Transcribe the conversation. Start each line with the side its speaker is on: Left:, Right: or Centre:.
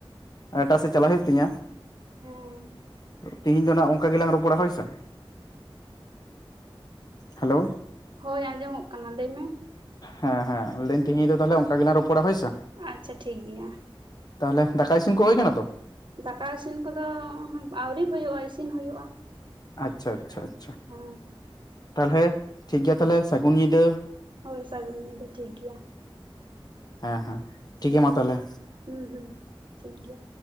Left: ᱮᱴᱟ ᱥᱮᱫ ᱪᱟᱞᱟᱜ ᱦᱩᱭᱩᱜ ᱛᱤᱧᱟᱹ
Right: ᱦᱮᱸ
Left: ᱛᱮᱦᱤᱧ ᱫᱚ ᱱᱟᱸᱜ ᱚᱝᱠᱟ ᱜᱮᱞᱟᱝ ᱨᱚᱯᱚᱲᱟ ᱦᱳᱭᱥᱮ ᱦᱮᱞᱳ
Right: ᱦᱳᱭ ᱟᱸᱡᱚᱢᱚᱜ ᱠᱟᱱᱟ ᱞᱮᱭ ᱢᱮ
Left: ᱦᱮᱸ ᱦᱮᱸ ᱞᱟᱹᱭᱟᱹᱧ ᱛᱮᱦᱮᱧ ᱫᱚ ᱛᱟᱦᱚᱞᱮ ᱚᱱᱠᱟ ᱜᱮᱞᱟᱝ ᱨᱚᱯᱚᱲᱟ ᱦᱳᱭᱥᱮ
Right: ᱟᱪᱪᱷᱟ ᱴᱷᱤᱠ ᱜᱮᱭᱟ
Left: ᱛᱟᱦᱚᱞᱮ ᱫᱟᱠᱟ ᱤᱥᱤᱱ ᱠᱚ ᱦᱳᱭ ᱠᱟᱱᱟ ᱛᱚ
Right: ᱫᱟᱠᱟ ᱤᱥᱤᱱ ᱠᱚᱫᱚ ᱟᱹᱣᱨᱤ ᱦᱩᱭᱩᱜ-ᱟ ᱤᱥᱤᱱ ᱦᱩᱭᱩᱜ-ᱟ
Left: ᱟᱪᱪᱷᱟ ᱟᱪᱪᱷᱟ
Right: ᱦᱩ
Left: ᱛᱟᱞᱦᱮ ᱴᱷᱤᱠᱜᱮᱭᱟ ᱛᱟᱞᱦᱮ ᱥᱟᱹᱜᱩᱱ ᱧᱤᱫᱟᱹ
Right: ᱦᱳᱭ ᱥᱟᱹᱜᱩᱱ ᱧᱤᱫᱟᱹ ᱴᱷᱤᱠ ᱜᱮᱭᱟ
Left: ᱦᱮᱸ ᱦᱮᱸ ᱴᱷᱤᱠ
Right: ᱦᱩᱸ
Left: ᱜᱮᱭᱟ ᱢᱟ ᱛᱟᱦᱞᱮ
Right: ᱦᱩᱸ ᱦᱩᱸ ᱴᱷᱤᱠ ᱜᱮᱭᱟ